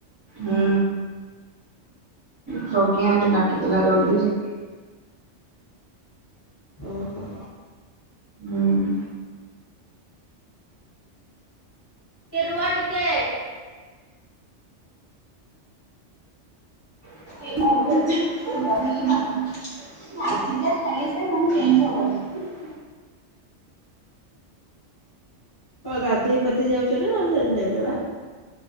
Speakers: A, on the right; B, on the left.
A: ହୁଁ ପ୍ରଜ୍ଞା ଏଠି ଡାକିଦେଲା
B: ହଉ
A: ଜଲଦି ସେଥି
B: ଓହୋ।
A: ଉଁ।
B: ଟିକେ ରୁହ ଟିକେ।
A: <unintelligible> ଆଜି ଯା କା ଯା ମେ ଚେଞ୍ଜ ହବନି
B: କଣ ଗାଧେଇ ପାଧେଇ ଯାଉଚ ନା ଅନଲାଇନ ଯାଉଚ ବା?